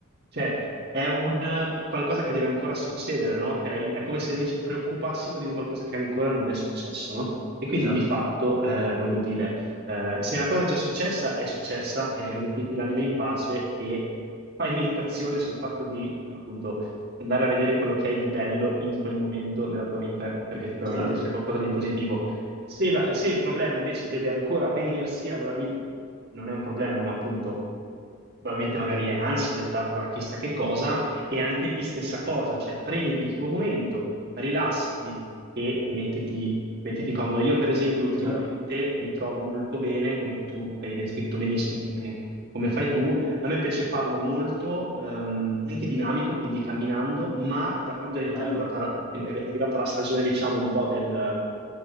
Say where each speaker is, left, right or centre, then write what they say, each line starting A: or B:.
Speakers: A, on the right; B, on the right.
A: cioè, è un qualcosa che deve ancora succedere, no? Cioè, in- è come se noi ci preoccupassimo di un qualcosa che ancora non è successo, no? E quindi
B: esatto.
A: di fatto, eh, voglio dire eh, se la cosa è già successa, è successa, eh, mettiti l'anima in pace e fai meditazione sul fatto di, appunto, andare a vedere quello che hai di bello in quel momento nella tua vita, perché sicuramente
B: Chiaro,
A: c'è qualcosa di positivo. Se, la- se il problema invece deve ancora avvenirsi, allora lì non è un problema, ma appunto probabilmente magari è ansia dettata da chissà che cosa, e anche lì stessa cosa, cioè prenditi il tuo momento, rilassati e mettiti mettiti comodo. Io, per esempio, ultimamente
B: chiaro.
A: mi trovo molto bene, come tu hai descritto benissimo come, come fai tu. A me piace farlo molto, ehm, anche dinamico, quindi camminando, ma da quando è diventata,
B: Bello,
A: è arrivata la stagione, diciamo, un po' del,